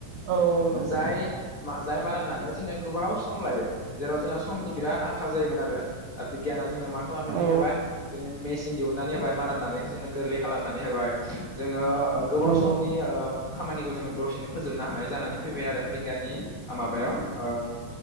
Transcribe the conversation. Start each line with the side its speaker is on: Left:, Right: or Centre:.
Right: औ नंगौ
Left: जाय मा जाय माइराननानो जोंनिया गोबाव सम लायो। जेराव जोंहा समनि बिराद आंखाल जायोमोन आरो दा बिगियाना जोंनो माख खालामनानै
Right: औ
Left: होबाय जोंनो मेसिन दिहुननानै होबाय माराननानैखौ जोनो गोरलै खालामनानै होबाय। जोङो ओ गोबाव
Right: नंगौ
Left: समनि ओ खामानिखौ जोङो दसेनो फोजोबनो हानाय जानानै फैबाय आरो बिगियाननि ओ माबायाव ओ